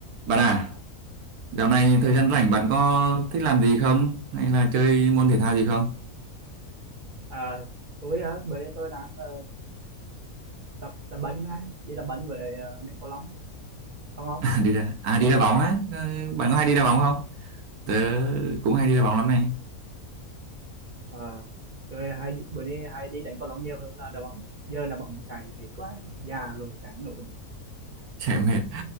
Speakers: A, on the right; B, on the right.
A: Bạn à, dạo này thời gian rảnh bạn có thích làm gì không? Hay là chơi môn thể thao gì không? <laughs>
B: À, tôi hả? Bữa nay tôi đang ờ, tập tập bánh á, đi tập bánh về ờ, đánh cầu lông, cầu lông.
A: À, đi ra, à đi đá bóng á? Ờ, Bạn có hay đi đá bóng không? Tớ cũng hay đi đá bóng lắm này. <laughs>
B: À, tôi hay đi, bữa nay hay đi đánh cầu lông nhiều hơn là đá bóng. Giờ đá bóng chạy mệt quá, già rồi chạy không nổi.
A: Chạy mệt.